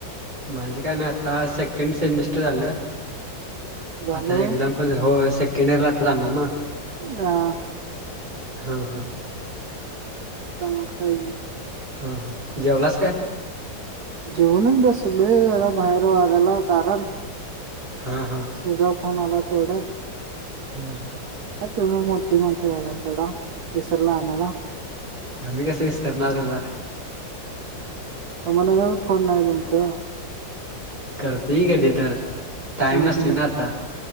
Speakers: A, on the right; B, on the right.
A: माझं काय ना आता सेकंड सेमिस्टर झालं
B: झालं
A: आता
B: व्हय
A: एक्झाम्पल हो सेकंड इयर ला आता जाणार ना
B: हा
A: हा हा
B: चांगतायल
A: हा हा जेवलाच काय
B: जेवनच बसून मिला बाहेर वाल्यााला दारात
A: हां हां
B: तुझा फोन आला तेवढ्याच
A: हम्
B: तुम्ही मोठी माणस झाला सगडा विसरला आम्हाला
A: आम्ी कसं विस्तार ना त्याला
B: अ मन फोन नाही तुमचा
A: करते ह कधी तर टाइम
B: हम्
A: नसतोय
B: हम्
A: ना आता